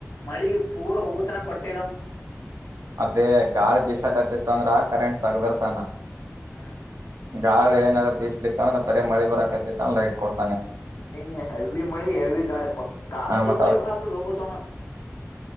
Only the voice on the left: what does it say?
ಮಳಿ ಪೂರ್ ಹೂಗುತನ ಕೊಟ್ಟ.
ಹಾ.
ನೀನ್ನೇ ಹೇವಿ ಮಳಿ ಹೆವಿ ಗಾಳಿ ಗಾಳಿ
ಇದ್ರು
ಮಳಿ
ಬರತ್ತಾದೋ ಬಸಣ್ಣ.